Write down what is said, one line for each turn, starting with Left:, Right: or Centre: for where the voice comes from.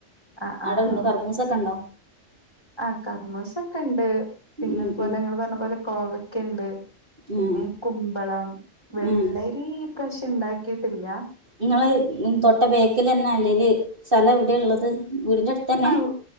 Left: ആഹ് ആഹ്
Right: അവടെ
Left: ആഹ്
Right: ഇണ്ടോ കർറമൂസെക്കണ്ടോ
Left: ആഹ് കർമൂസൊക്കണ്ട് പിന്നതുപോലെ
Right: ഉം ഉം
Left: ഇങ്ങള് പറഞ്ഞ പോലെ കോവക്കെണ്ട് പിന്നേ
Right: ഉം
Left: കുമ്പളം വെള്ളരി
Right: ഉം
Left: ഇപ്രാശ്യം ഇണ്ടാക്കീട്ടില്ല്യാ
Right: ഇങ്ങള് ഇൻ തൊട്ട ക്ക്യലെന്നെ അല്ലേല് സലം എവ്ടെയിള്ളത് വീടിന്റടുത്തന്നെ
Left: ആഹ്